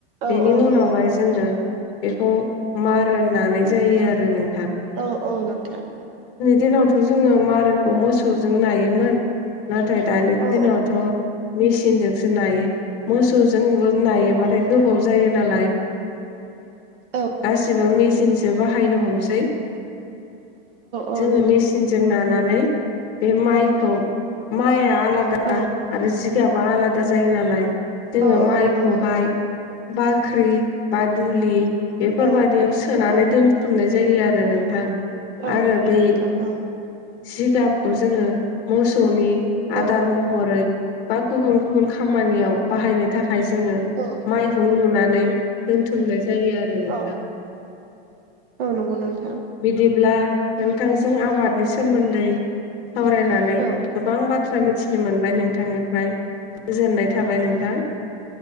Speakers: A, on the right; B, on the left.
A: औ
B: बेनि
A: औ
B: उनावहाय
A: नंगौ नोंथां
B: जोङो बेखौ मारनानै जायो आरो नों
A: औ औ नोथां
B: दिनावथ' जोङो मारेनखौ मोसौजों नायोमोन नाथाय दानि
A: औ
B: दिनावथ' मेसिनजोंसो नायो मोसौ जों नायोबाथाय
A: औ नोंथां
B: गोबाव जायो नालाय
A: औ
B: गासैबो मेसिनजों जो बाहायनो हमसै
A: औ
B: जोङो
A: नोंथां
B: मेसिनजों नानानै बे माइखौ माइआ आलादा
A: औ
B: आरो जि फयाबा आलादा जायो नालाय जोङो
A: औ
B: माइखौहाय
A: औ नोंथां औ नंगौ नोंथां
B: बाख्रि बा दुलि बेफोरबादियाव
A: औ
B: सोनानै
A: औ
B: दोनथुमनाय जायो आरो नोंथां
A: औ
B: आरो
A: नंगौ
B: बै
A: नोथां औ
B: जिगाबखौ जोङो मोसौनि आदार
A: औ
B: महरै बा गुबुन गुबुन खामानियाव बाहायनो थाखाय जोङो
A: औ
B: मायहुं लुनानै द बुथुमनाय जायो आरो नोंथां
A: औ औ नंगौ नोंथां
B: बिदिब्ला नोंथांजों आबादनि सोमोन्दै सावरायनानै
A: औ
B: गोबां बाथ्रा मिथिनो मोनबाय नोंथांनिफ्राय गोजोननाय थाबाय नोंथां